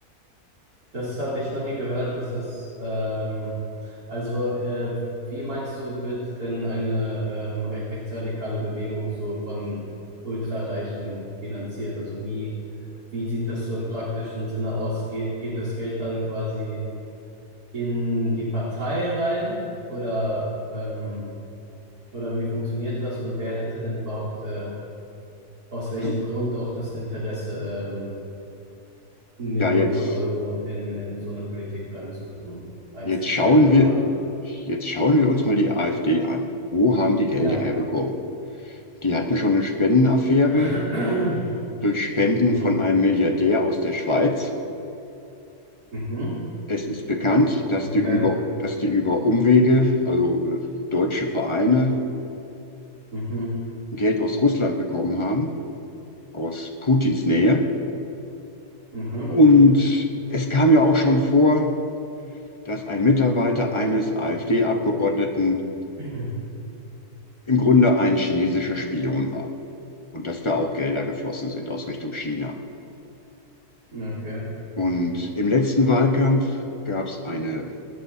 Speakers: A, on the right; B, on the left.
A: das hatte ich noch nie gehört, dass das, ähm, also, äh, wie meinst du, wird denn eine ähm, rechtsradikale Bewegung so von Ultrareichen finanziert? Also wie, wie sieht das so im praktischen Sinne aus? Geht, geht das Geld dann quasi in die Partei rein oder, ähm, oder wie funktioniert das und wer hätte denn überhaupt, äh, aus welchem
B: Du,
A: Grund auch das Interesse, ähm, Millionen
B: Ja, jetzt,
A: von Euro in, in so eine Politik reinzutun, als
B: jetzt
A: Externer
B: schauen
A: quasi.
B: wir, jetzt schauen wir uns mal die AfD an. Wo haben die Gelder
A: Ja.
B: herbekommen? Die hatten schon eine Spendenaffäre
A: <clears throat>
B: durch Spenden
A: Mhm.
B: von einem Milliardär aus der Schweiz.
A: Mhm.
B: Es ist bekannt, dass
A: Okay.
B: die über, dass die über Umwege, also äh, deutsche Vereine,
A: Mhm.
B: Geld aus Russland bekommen haben, aus Putins Nähe.
A: Mhm.
B: Und es kam ja auch schon vor, dass ein Mitarbeiter eines AfD-Abgeordneten
A: <clears throat>
B: im Grunde ein chinesischer Spion war und dass da auch Gelder geflossen sind aus Richtung China.
A: Okay.
B: Und im letzten Wahlkampf gab es eine